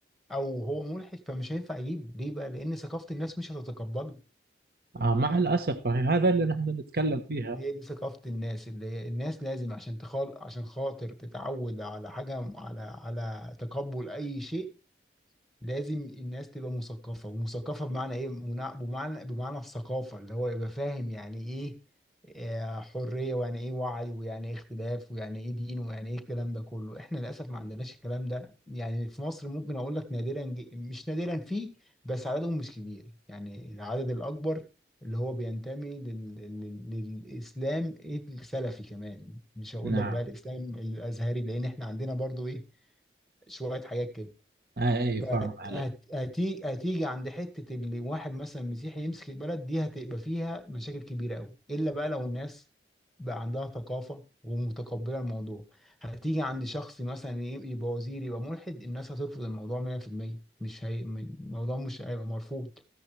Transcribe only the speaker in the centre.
او هو ملحد فمش هينفع اجيبه ليه بقى لان ثقافه الناس مش هتتقبله
هي دي ثقافه الناس اللي هي الناس لازم عشان تخال عشان خاطر تتعود على حاجه على على تقبل اي شيء لازم الناس تبقى مثقفة ومثقفة بمعنى ايه منا- بمعنى بمعنى الثقافة اللي هو يبقى فاهم يعني ايه آه، حرية ويعني ايه وعي ويعني ايه اختلاف ويعني ايه دين ويعني ايه الكلام ده كله احنا للأسف ما عندناش الكلام ده يعني في مصر ممكن اقول لك نادرا ج- مش نادرا فيه بس عددهم مش كبير يعني العدد الأكبر اللي هو بينتمي لل... لل... للإسلام السلفي كمان مش هقول
لك بقى الإسلام الأزهري لأن احنا عندنا برضو ايه شوية حاجات كده
فهتيجي
هتيجي عند حته اللي واحد مثلا مسيحي يمسك البلد دي هتبقى فيها مشاكل كبيره قوي الا بقى لو الناس بقى عندها ثقافه ومتقبله الموضوع هتيجي عند شخص مثلا ي- يبقى وزير يبقى ملحد الناس هترفض الموضوع 100% مش هي... م- الموضوع مش هيبقى مرفوض